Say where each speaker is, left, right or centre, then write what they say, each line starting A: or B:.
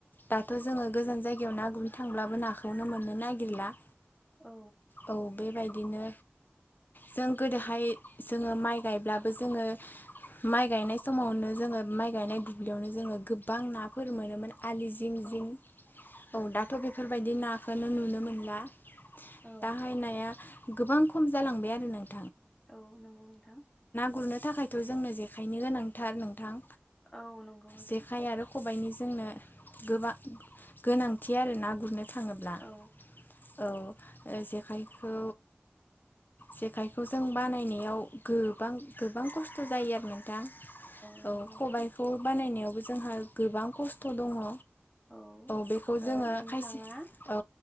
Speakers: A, on the left (about 50°); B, on the left (about 20°).
A: दा थ' जोङो गोजान जायगायाव नाखौनो गुरनो थांब्लाबो नाखौनो मोननो नागिरला।
B: औ
A: औ बेबायदिनो जों गोदोहाय जोङो माइ गायब्लाबो जोङो माइ गायनाय समावनो जोङो माइ गायनाय दुब्लियावनो जोङो गोबां नाफोर मोनोमोन। आलि जिं
B: औ
A: जिं औ दाथ' बेफोरबायदि नाखौ नो नुनो मोनला।
B: औ
A: दाहाय नाया गोबां खम जालांबाय आरो नों
B: औ नंगौ नोंथां।
A: गुरनो थाखायथ' जोंनो जेखायनो गोनांथार नोंथां
B: औ नोंगौ नोंथां
A: जेखाइ आरो खबाइनि जोंनो गोबां गोनांथि आरो ना गुरनो थाङोब्ला।
B: औ
A: औ जेखाइखौ जेखाइखौ जों बानायनायाव गोबां गोबां खस्थ' जायो आरो नों थां औ
B: नंगौ नोंथां
A: खबाय बानायनायावबो जोंहा गोबां खस्थ' दङ।
B: औ
A: बेखौ जोङो
B: ओ नोंथाङा
A: खायसे औ